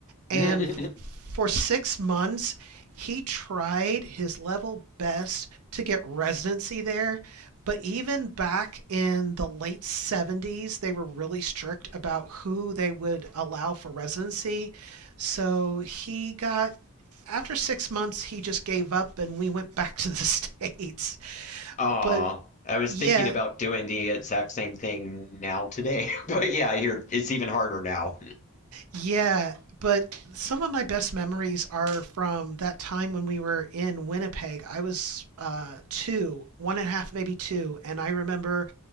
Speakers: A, on the right; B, on the left.
A: And
B: <laughs>
A: f- for six months, he tried his level best to get residency there. But even back in the late 70s, they were really strict about who they would allow for residency. So he got, after six months, he just gave up and we went back <laughs> to the States.
B: Oh,
A: But
B: I was
A: yeah,
B: thinking about doing the exact same thing now today, <laughs> but yeah, here it's even harder now.
A: Yeah, but some of my best memories are from that time when we were in Winnipeg. I was uh, two, one and a half, maybe two, and I remember